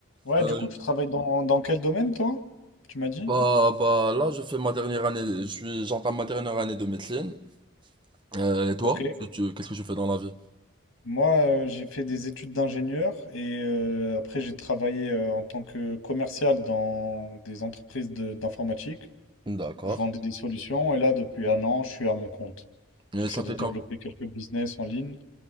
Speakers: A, on the left; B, on the right.
A: Ouais,
B: Euh,
A: du coup, tu travailles dans, dans quel domaine, toi? Tu m'as dit?
B: bah, bah, là, je fais ma dernière année, je suis, j'entame ma dernière année de médecine. Euh, et
A: Ok.
B: toi, tu, tu- qu'est-ce que tu fais dans la vie?
A: Moi, euh, j'ai fait des études d'ingénieur et euh, après, j'ai travaillé euh, en tant que commercial dans des entreprises de- d'informatique
B: D'accord.
A: où je vendais des solutions. Et là, depuis un an, je suis à mon compte.
B: Et
A: J'essaie
B: ça
A: de
B: fait
A: développer
B: quand?
A: quelques business en ligne.